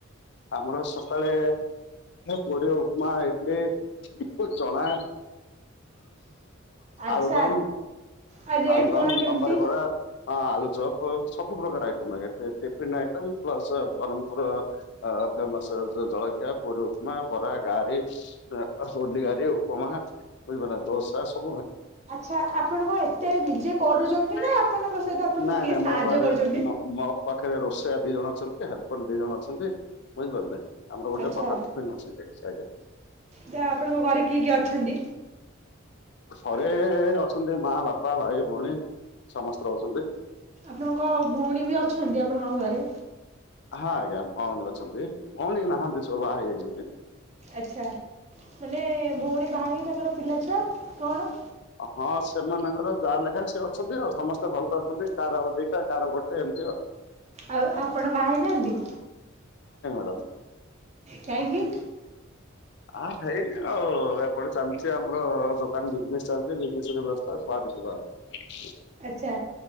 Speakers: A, on the left; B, on the right.
A: ଆମର ସକାଳେ ପୁରି ଉପମା ଇଡଲି। ଚଣା।
B: ଆଚ୍ଛା
A: ଆଳୁଦମ,
B: ଆଉ ରେଟ୍
A: ଆଳୁଦମ
B: କଣ କେମିତି?
A: ସାମ୍ବାର ବରା ହଁ ଆଳୁଚପ। ସବୁ ପ୍ରକାର ଆଇଟମ୍ ଆଜ୍ଞା ଟ ଟିଫନ୍ ଆଇଟ ପ୍ଲସ ବରହମପୁର ଆ ଆରେ ତା ମେସେ ଜଳଖିଆ ପୁରି। ପମା ବରା ଗାରି ଅ ଅ ହୁଲିଆରୀ ଉପମା ବୁଝିପାରିଲନା ଦୋସା ସବ
B: ଆଛା ଆପଣ କଣ ଏତେ ନିଜେ କରୁଛନ୍ତି
A: ନାଇଁ
B: ନା ଆପଣଙ୍କ ସହିତ ଆପଣଙ୍କୁ
A: ନାଇଁ
B: କିଏ ସାହାଯ୍ୟ
A: ମୋ ପାଖରେ
B: କରୁଛନ୍ତି?
A: ମୋ ମୋ ପାଖରେ ରୋଷେୟା ଦି ଜଣ ଅଛନ୍ତି ହେଲ୍ପର ଦି ଜଣ ଅଛନ୍ତି ବୁଝିପାରିଲେ? ଆମର ଗୋଟେ
B: ଆଚ୍ଛା
A: ବଡ଼ ଟୀଫିନ ଅଛି ଆଞା।
B: ତ ଆପଣଙ୍କ ଘରେ କିଏ କିଏ ଅଛନ୍ତି?
A: ଘରେ ଅଛନ୍ତି ମା ବାପା ଭାଇ ଭଉଣୀ ସମସ୍ତେ ରହୁଚନ୍ତି।
B: ଆପଣଙ୍କ ଭଉଣୀ ବି ଅଛନ୍ତି ଆପଣଙ୍କ ଘରେ?
A: ହଁ ଆଜ୍ଞା ଭଉଣୀ ଅଛନ୍ତି ଭଉଣୀ ନାହାନ୍ତି ସବୁ ବାହା ହେଇ ଯାଇଚନ୍ତି
B: ଆଛା ମାନେ ଭଉଣୀ ବାହା ହେଇକି ତାଙ୍କର ପିଲା ଛୁଆ କଣ?
A: ହଁ ସେମାନଙ୍କର ଯାହାର ଲେଖା ସେ ଅଛନ୍ତି ଆଉ ସମସ୍ତେ ଭଲ ଅଛନ୍ତି କାର ଦିଟା କାର ଗୋଟେ ଏନ୍ତି ଆଉ।
B: ଆଉ ଆପଣ ବାହାହେଇ ନାହାନ୍ତି?
A: ହଉ।
B: କାହିଁକି?
A: ଅ ହେଇନି ଆଉ ଏପଟେ ଚାଲିଚି ଆମର ଦୋକାନ ବିଜନେସ ଚାଲିଚି। ଏ ବିଜନେସ ରେ ବସ୍ଥା କୁଆଡ଼େ ଯିବା ଆସି
B: ଆଚ୍ଛା